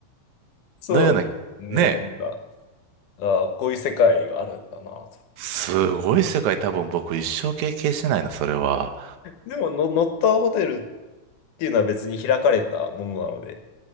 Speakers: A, on the left; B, on the right.
A: そう。
B: のような、ね
A: ね、
B: え。
A: なんか、ああ、こういう世界があるんだなと。
B: すごい世界多分僕一生経験しないな、それは。
A: でもの、ノッターホテルっていうのは別に開かれたものなので、